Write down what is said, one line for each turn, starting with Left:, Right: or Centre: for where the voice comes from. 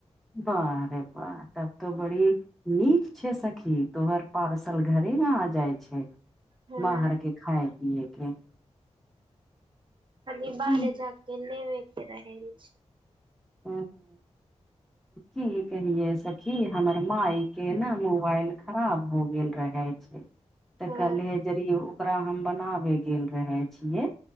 Centre: बाह रे बाह तब तो बड़ी नीक छै सखी तोहर पार्सल घरे मे आ जाइ छै
Right: हँ
Centre: बाहर के खाए पियए के
Right: खालि बाहरे
Centre: की
Right: जाक के लेबे के रहै छै
Centre: हँ की कहियै सखी हमर मााय के ने मोबाइल खराब हो गेल रहे छै तऽ
Right: हँ
Centre: कलहे जड़ि ओकरा हम बनाबै गेल रहै छियै